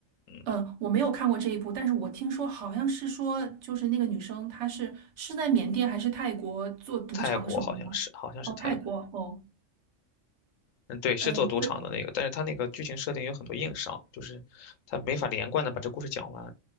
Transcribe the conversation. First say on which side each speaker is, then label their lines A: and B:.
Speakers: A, on the left (about 80°); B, on the right (about 65°).
A: 嗯，
B: 呃，我没有看过这一部，但是我听说好像是说，就是那个女生她是是在缅甸还是泰国做赌场什么的吗？
A: 泰国好像是，好像是泰国，
B: 哦，泰国哦，
A: 嗯，对，是做赌场的那个，
B: 嗯，对，
A: 但是它那个剧情设定有很多硬伤，就是它没法连贯的把这故事讲完。